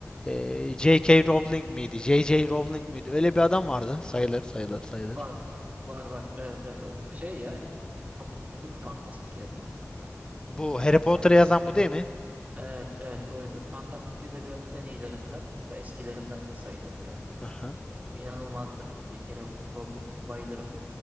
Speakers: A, on the left; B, on the right.
A: Ee, J.K. Rowling miydi? J.J. Rowling miydi? Öyle bir adam vardı. Sayılır sayılır sayılır.
B: Var. Var var. Evet evet o şey ya. Çok ünlü bir fantastik yazarı kanka.
A: Bu
B: Yani
A: Harry Potter'ı
B: fantastik
A: yazan bu
B: edebiyat.
A: değil mi?
B: Evet, evet oydu. Fantastik edebiyatın en iyilerinden, hatta eskilerinden de sayılır. Yani
A: Aha.
B: e, inanılmazdır J.K. Rowling. Bayılırım.